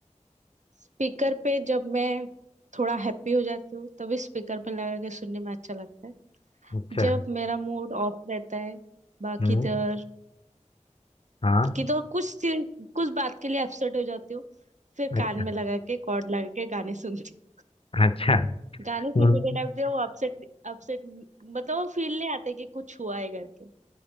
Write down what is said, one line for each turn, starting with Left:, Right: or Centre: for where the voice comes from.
Right: स्पीकर पे जब मैं थोड़ा हैप्पी हो जाती हूँ तभी स्पीकर पे लगा के सुनने में अच्छा लगता है
Left: अच्छा
Right: जब मेरा मूड ऑफ रहता है बाकी
Left: हम्म
Right: किधर
Left: हाँ
Right: किधर कुछ कुछ बात के लिए अपसेट हो जाती हूँ फिर
Left: अच्छा
Right: कान में लगा के कॉर्ड लगा के गाने सुनती हूँ।
Left: अच्छा
Right: गाने
Left: हम्म
Right: सुनने के टाइम पे वो अपसेट अपसेट मतलब वो फील नहीं आता कि कुछ हुआ है करके